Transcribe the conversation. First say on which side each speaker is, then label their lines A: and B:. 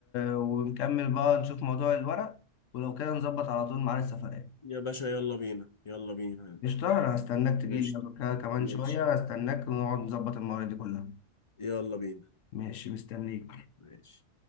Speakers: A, on the left; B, on the left.
A: ونكمل بقى نشوف موضوع الورق ولو كده نظبط على طول ميعاد السفرية
B: يا باشا يلا بينا يلا بينا
A: قشطة أنا هستناك
B: ماشي
A: تجيلي ك- كمان
B: ماشي
A: شوية هستناك ونقعد نظبط المواعيد دي كلها
B: يلا بينا
A: ماشي مستنيك
B: ماشي